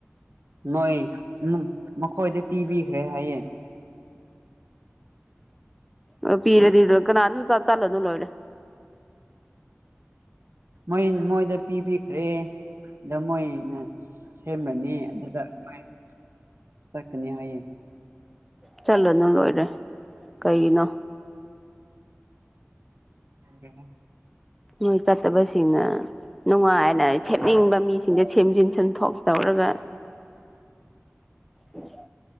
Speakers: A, on the right (about 60°); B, in the centre.
A: ꯅꯣꯏ ꯃꯈꯣꯏꯗ ꯄꯤꯕꯤꯈ꯭ꯔꯦ ꯍꯥꯏꯌꯦꯦ
B: ꯑꯣ ꯄꯤꯔꯦꯔ ꯀꯅꯥꯅ ꯊꯂꯅ ꯂꯔ
A: ꯣꯏ ꯃꯣꯏꯗ ꯄꯤꯕꯤꯈ꯭ꯔꯦ ꯗ ꯃꯣꯏꯅ ꯁꯦꯝꯃꯅꯤ ꯑꯗꯨꯗꯣꯏ ꯆꯀꯅꯤ ꯍꯥꯏꯌꯦꯌꯦ
B: ꯆꯠꯂꯅꯨ ꯂꯣꯏꯔꯦ ꯀꯩꯒꯤꯅꯣ
A: ꯀꯣ
B: ꯅꯣꯏ ꯆꯠꯇꯕꯁꯤꯅ ꯅꯨꯡꯉꯥꯏꯅ ꯁ ꯁꯦꯝꯠꯅꯤꯡꯕ ꯃꯤꯁꯤꯡꯁꯦ ꯁꯦꯝꯖꯤꯟ ꯁꯦꯝꯊꯣꯛ ꯇꯧꯔꯒ
A: <inaudible>
B: ꯎꯝ